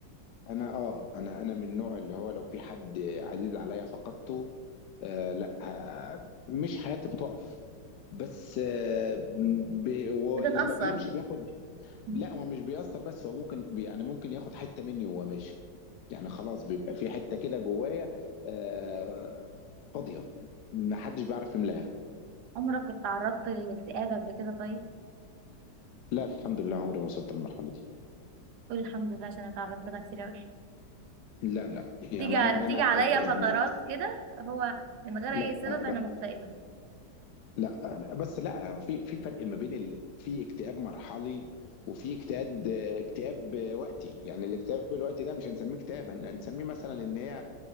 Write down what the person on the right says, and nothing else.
بتتأثر
مم.
عمرك اتعرضت للاكتئاب قبل كده طيب؟
قول الحمد لله عشان أنا اتعرضت لها كتير قوي
بتيجي
بتيجي
عليا
فترات
كده هو من غير
أي سبب
أنا مكتئبة